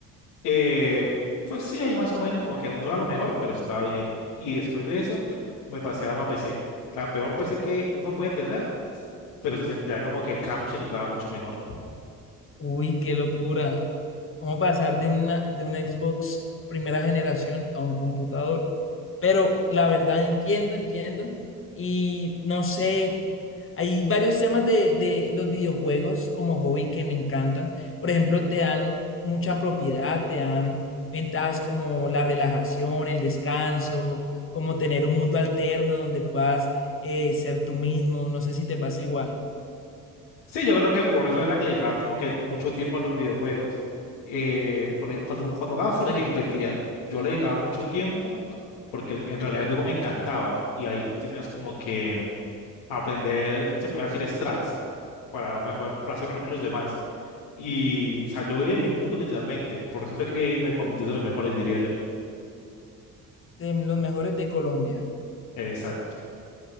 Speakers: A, on the left (about 65°); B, on the left (about 25°).
A: eh, pues sí, ahí más o menos como que no era lo mejor, pero estaba bien. Y después de eso me pasé a una PC, la peor PC que uno puede tener, pero se sentía como que el cambio se notaba mucho mejor.
B: Uy, qué locura. ¿Cómo pasar de una, de una Xbox primera generación a un computador? Pero la verdad entiendo, entiendo. Y no sé, hay varios temas de, de los videojuegos como hobby que me encantan. Por ejemplo, te dan mucha propiedad, te dan ventajas como la relajación, el descanso, como tener un mundo alterno donde puedas eh, ser tú mismo. No sé si te pasa igual.
A: Sí, yo creo que por eso era que le llegaba como que mucho tiempo a los videojuegos. Eh, por e- cuando, cuando jugaba Fortnite que competía, yo le dedicaba mucho tiempo porque en realidad el juego me encantaba y ahí tú tenías como que aprender, se puede decir, strats para, mejor, para ser mejor que los demás. Y, o sea, yo vivía en mi mundo literalmente, por eso fue que me convertí de los mejores, diría yo.
B: De los mejores de Colombia.
A: Exacto.